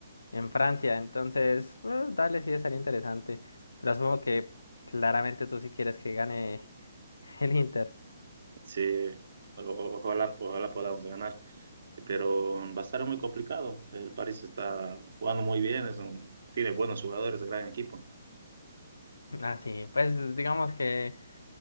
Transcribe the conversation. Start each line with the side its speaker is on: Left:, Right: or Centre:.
Left: en Francia. Entonces, eh, dale, sí, estaría interesante. Pero supongo que claramente tú sí quieres que gane <laughs> el Inter.
Right: Sí, o- o- ojalá, ojalá podamos ganar, pero va a estar muy complicado. El París está jugando muy bien, es un- tiene buenos jugadores, gran equipo.
Left: Ah, sí, pues digamos que